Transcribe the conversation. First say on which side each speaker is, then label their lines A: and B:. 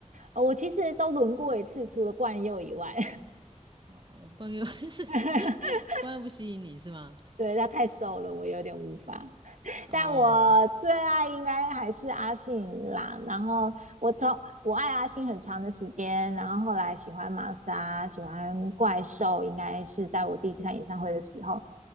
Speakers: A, on the right; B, on the right.
A: 我其实都轮过一次，除了冠佑以外，
B: 哦，关于 <laughs> 是
A: <laughs>
B: 关于不吸引你是吗？
A: 对他太瘦了，我有点无法。
B: 哦
A: 但我最爱应该还是阿信啦。然后我从我爱阿信很长的时间，然后后来喜欢玛莎，喜欢怪兽，应该是在我第一次看演唱会的时候。